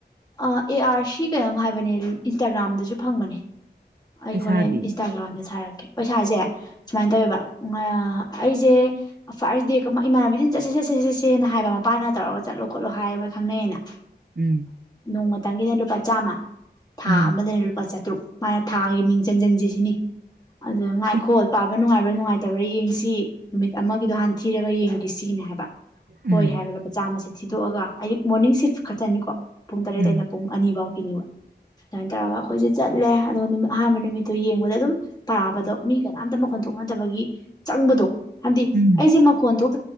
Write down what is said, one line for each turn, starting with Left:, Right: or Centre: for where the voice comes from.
Left: ꯑ ꯑꯦ ꯑꯥꯔ ꯁꯤ ꯀꯩꯅꯣꯝ ꯍꯥꯏꯕꯅꯦ ꯏꯟꯁꯇꯥꯒ꯭ꯔꯥꯝꯗꯁꯨ ꯐꯪꯕꯅꯦ ꯑꯩ
Right: ꯄꯩꯁꯥꯗꯤ
Left: ꯍꯣꯔꯦꯟ ꯏꯟꯁꯇꯥꯒ꯭ꯔꯥꯝꯗ ꯁꯥꯔꯛꯒꯦ ꯄꯩꯁꯥꯁꯦ ꯁꯨꯃꯥꯏꯅ ꯇꯧꯋꯦꯕ ꯑꯩꯁꯦ ꯐꯥꯔꯁ ꯗꯦ ꯏꯃꯥꯟꯅꯕꯤꯗꯨꯅ ꯆꯠꯁꯦ ꯆꯠꯁꯦ ꯆꯠꯁꯦꯅ ꯍꯥꯏꯕ ꯃꯄꯥꯥꯟꯅ ꯇꯧꯔꯒ ꯆꯠꯂꯣ ꯈꯣꯠꯂꯣ ꯍꯥꯏꯕ ꯈꯪꯅꯩꯌꯦꯩꯅ
Right: ꯎꯝ
Left: ꯅꯣꯡꯃꯇꯪꯒꯤꯅ ꯂꯨꯄꯥ ꯆꯥꯝꯃ ꯊꯥ
Right: ꯎꯝ
Left: ꯑꯃꯗ ꯂꯨꯄꯥ ꯆꯥꯇ꯭ꯔꯨꯛ ꯃꯥꯅ ꯊꯥꯒꯤ ꯃꯤꯡ ꯆꯟꯁꯤꯟꯁꯤ ꯁꯤꯅꯤ ꯑꯗ ꯉꯥꯏꯈꯣꯜꯥꯕ
Right: ꯑꯦ
Left: ꯅꯨꯡꯉꯥꯏꯕ꯭ꯔꯥ ꯅꯨꯡꯉꯥꯏꯇ꯭ꯔꯥ ꯌꯦꯡ ꯑꯁꯤ ꯅꯨꯃꯤꯠ ꯑꯃꯒꯤꯗꯣ ꯍꯥꯟꯊꯤꯔꯒ ꯌꯦꯡꯉ ꯑꯩ ꯁꯤꯅꯦ ꯍꯥꯏꯕ ꯍꯣꯏ
Right: ꯎꯝ
Left: ꯍꯥꯏꯔꯒ ꯂꯨꯄꯥ ꯆꯥꯝꯃ ꯊꯤꯗꯣꯛꯑꯒ ꯑꯌꯛ ꯃꯣꯔꯅꯤꯡ ꯁꯤꯐ ꯈꯠꯆꯅꯤꯀꯣ ꯇꯔꯦꯠ
Right: ꯎꯝ
Left: ꯑꯩꯅ ꯄꯨꯡ ꯑꯅꯤ ꯎ ꯀ ꯅ ꯇꯔ ꯍꯁ ꯆꯠꯂꯦ ꯑꯗꯣ ꯅꯨ ꯑꯍꯥꯟꯕ ꯅꯨꯃꯤꯠꯇꯣ ꯌꯦꯡꯕꯗ ꯑꯗꯨꯝ ꯄꯥꯕꯗꯣ ꯃꯤ ꯀꯅꯥꯝꯇ ꯃꯈꯣꯟ ꯊꯣꯛꯅꯗꯕꯒꯤ ꯆꯪꯕꯗꯣ ꯍꯥꯏꯗꯤ
Right: ꯎꯝ
Left: ꯑꯩꯁꯦ ꯃꯈꯣꯟ ꯊꯣꯛ